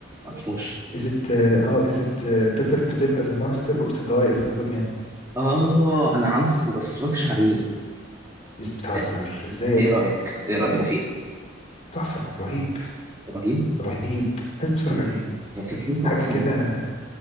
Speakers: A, on the right; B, on the left.
A: معرفوش
B: is it uh, اه is it uh, better to live as a monster or to die as a good man
A: اه انا عارفه بس متفرجتش عليه
B: is بتهزر
A: آه،
B: ازاي يا
A: ايه
B: ابني
A: رايك ايه رايك فيه
B: تحفة رهيب
A: رهيب
B: رهيب لازم تتفرج
A: ال-
B: عليه
A: هي فكرته
B: حاجة
A: اصلا
B: كده
A: تحفه